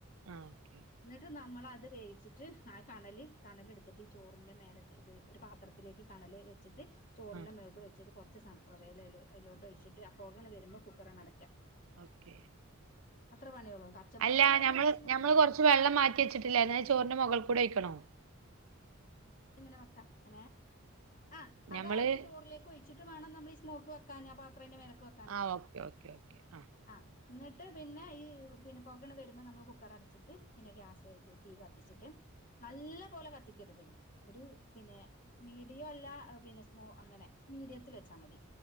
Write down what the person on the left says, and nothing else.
ത് നമ്മളത് വേവിച്ചിട്ട് ആ കണല് കണലെടുത്തിട്ട് ഈ ചോറിന്റെ മേലേക്ക് ഒരു പാ ത്രത്തിലേക്ക് കണല് വെച്ചിട്ട് ചോറിന്റെ
മേലേക്ക് വെച്ചിട്ട് കൊറച്ച് സൺഫ്ലവർ ഓയില് അയ്ലോ അയ്ലോട്ട് ഒഴിച്ചിട്ട് ആ പൊകങ്ങട്ട് വരുമ്പോൾ കുക്കറണ്ട് അടക്ക
അത്ര പണ്യോള്ളൂ കച്ചമുളക്
വേണന്നുണ്ടെങ്കിൽ
മുകളില്
ങ്ങനെ വെക്കാ എങ്ങനെ ആ അതാദ്യം
ചോറിലേക്ക് ഒഴിച്ചിട്ട് വേണം നമ്മളി സ്മോക്ക് വെക്കാന് ആ പാത്രയിന്റെ മേലേക്ക് വെക്
ആഹ് ന്നിട്ട് പിന്നെ ഈ പിന്നെ പൊകണ്ട് വരുമ്പോ നമ്മള് കുക്കർ അടച്ചിട്ട് പിന്നെ ഗ്യാസ് തീ കത്തിച്ച് ച്ചിട്ട് നല്ല പോലെ കത്തിക്കരുത് ഒരു പിന്നെ മീഡിയം അല്ല പിന്നെ സ്‌മോ അങ്ങനെ മീഡിയത്തിൽ വെച്ചാ മതി